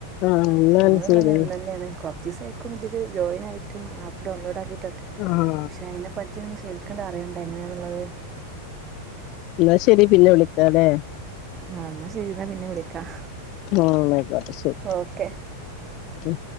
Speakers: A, on the left (about 40°); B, on the right (about 25°).
A: ആഹ് എന്നാണ്
B: ഞാന
A: ചെയ്തത്
B: തന്നെ ഇ തന്നെയാണ് കൊറച്ച ദിവസം ആയിക്കോ ഇതില് ജോയിൻ ആയിട്ടും ആപ്പ് ഡൗൺലോഡ് ആക്കി ട്ടും
A: ആഹ്
B: പക്ഷെ അയിനേ പറ്റി ഒന്നും ശരിക്കണ്ട് അറിയണ്ടേ എങ്ങനെയാണുള്ളത്.
A: ഇന്നാ ശരി പിന്നെ വിളിക്കാല്ലേ
B: ആഹ് എന്നാ ശരി എന്നാ പിന്നെ വിളിക്കാം
A: ആഹ് എന്ന ആയിക്കോട്ടേ ശരി
B: ഓക്കെ
A: ഉം